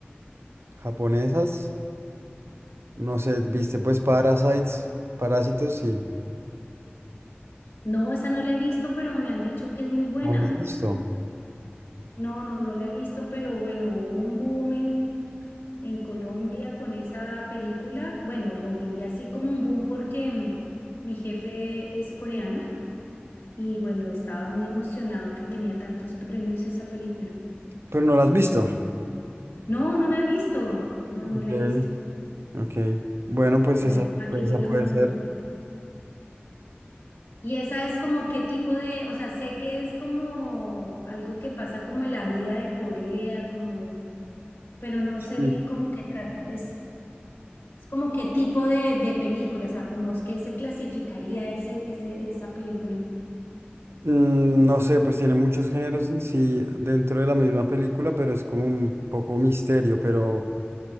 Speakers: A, on the right; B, on the left.
A: japonesas, no sé, viste pues Parasites, Parásitos, sí.
B: No, esa no la he visto, pero me han dicho que es muy buena.
A: No las has visto.
B: No, no, no la he visto, pero bueno, hubo un boom en, en Colombia con esa película. Bueno, lo viví así como un boom porque mm, mi jefe es coreano y bueno, estaba muy emocionado que tenía tantos premios esa película.
A: Pero no las has visto.
B: No, no la he visto. No, no
A: Ok,
B: la he visto.
A: ok. Bueno, pues
B: Bueno,
A: esa,
B: aquí
A: pues
B: voy
A: esa
B: tomando
A: puede ser.
B: nota. Y esa es como qué tipo de, o sea, sé que es como algo que pasa como en la vida de Corea, como... pero no
A: Sí.
B: sé bien cómo que trata. Es, es como qué tipo de, de película, o sea, como es que se clasificaría ese, ese- esa película.
A: Mm, No sé, pues tiene muchos géneros en sí dentro de la misma película, pero es como un poco misterio, pero